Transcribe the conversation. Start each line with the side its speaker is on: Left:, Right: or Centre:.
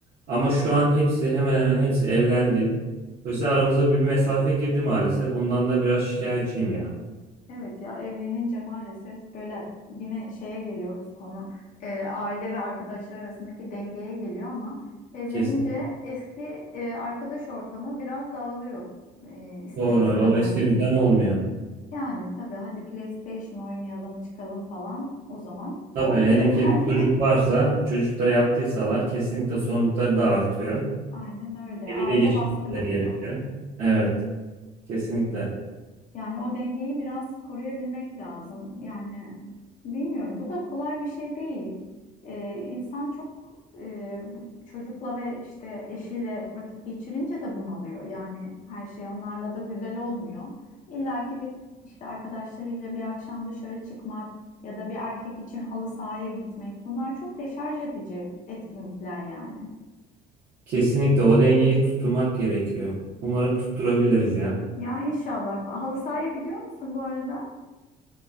Right: Ama şu an hepsi hemen hemen hepsi evlendi. Dolayısıyla aramıza bir mesafe girdi maalesef. Ondan da biraz şikayetçiyim ya.
Left: Evet ya evlenince maalesef böyle yine şeye geliyoruz konu e, aile ve arkadaşlar arasındaki dengeye geliyor ama evlenince
Right: Kesin.
Left: eski e, arkadaş ortamı biraz dağılıyor e, ister
Right: Doğru.
Left: istemez.
Right: O eski düzen olmuyor.
Left: Yani tabii hadi PlayStation oynayalım çıkalım falan o zaman
Right: Tabii
Left: olmuyor
Right: hele
Left: yani.
Right: ki bir çocuk varsa, çocuk da yaptıysalar kesinlikle sorumlulukları da artıyor.
Left: <laughs> Aynen öyle
Right: Evi
Left: aile
Right: de geçirmeleri
Left: baskın oluyor.
Right: gerekiyor. Evet, kesinlikle.
Left: Yani o dengeyi biraz koruyabilmek lazım. Yani bilmiyorum. Bu da kolay bir şey değil. Ee, insan çok e, çocukla ve işte eşiyle vakit geçirince de bunalıyor. Yani her şey onlarla da güzel olmuyor. İlla ki bir işte arkadaşlarıyla bir akşam dışarı çıkmak ya da bir erkek için halı sahaya gitmek. Bunlar çok deşarj edici etkinlikler yani.
Right: Kesinlikle o dengeyi tutturmak gerekiyor. Umarım tutturabiliriz ya.
Left: Ya inşallah. Halı sahaya gidiyor musun bu arada?